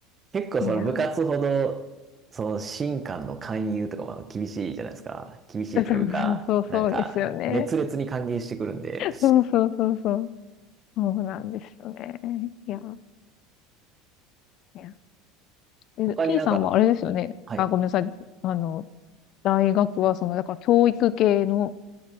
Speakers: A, on the right (about 25°); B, on the left (about 50°).
A: 結構その部活ほど、
B: いや
A: その新官の勧誘とかもあの厳しいじゃないですか。厳しいというか、
B: ー、そうそうそうそうですよね。
A: なんか熱烈に歓迎してくるんで、
B: そうそうそうそう。そうなんですよね。いやーねえ、
A: 他になんか、
B: T さんはあれですよね。
A: はい。
B: あ、ごめんなさい。あの、大学はその、だから教育系の